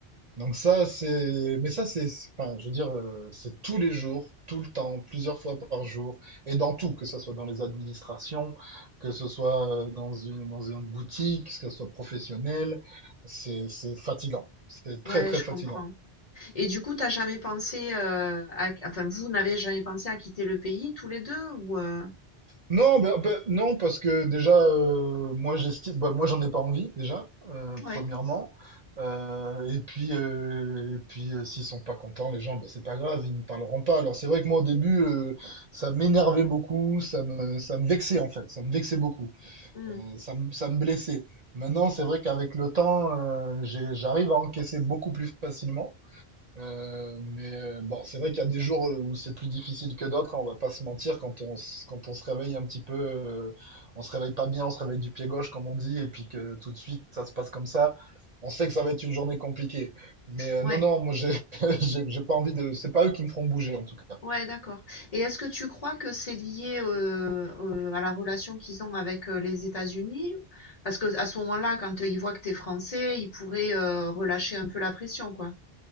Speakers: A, on the right; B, on the left.
A: donc ça, c'est... Mais ça, c'est... Enfin, je veux dire, euh, c'est tous les jours, tout le temps, plusieurs fois par jour, et dans tout, que ce soit dans les administrations, que ce soit euh, dans une, dans une boutique, que ce soit professionnel, c'est c'est fatigant. C'est très,
B: ouais,
A: très
B: je
A: fatigant.
B: comprends et du coup, t'as jamais pensé, heu, à enfin, vous n'avez jamais pensé à quitter le pays tous les 2 ou heu?
A: Non, ben- ben, non, parce que déjà, euh, moi j'estime, bah, moi j'en ai pas envie déjà, euh,
B: Ouais,
A: premièrement. Euh, et puis, euh, et puis, euh, s'ils sont pas contents, les gens, ben c'est pas grave, ils ne parleront pas. Alors c'est vrai que moi au début, euh, ça m'énervait beaucoup, ça me, ça me vexait en fait, ça me vexait beaucoup,
B: mmh,
A: Euh, ça me, ça me blessait. Maintenant, c'est vrai qu'avec le temps, euh, j'ai- j'arrive à encaisser beaucoup plus facilement. Euh, mais euh, bon, c'est vrai qu'il y a des jours où c'est plus difficile que d'autres, hein, on va pas se mentir, quand on, s- quand on se réveille un petit peu, euh, on se réveille pas bien, on se réveille du pied gauche, comme on dit, et puis que tout de suite ça se passe comme ça, on sait que ça va être une journée compliquée. Mais euh,
B: ouais,
A: non, non, moi j'ai <laughs> j'ai j'ai pas envie de. C'est pas eux qui me feront bouger en tout cas.
B: ouais, d'accord et est-ce que tu crois que c'est lié, heu heu, à la relation qu'ils ont avec, heu, les États-Unis? Parce que à ce moment-là, quand, heu, ils voient que t'es français, ils pourraient, heu, relâcher un peu la pression, quoi.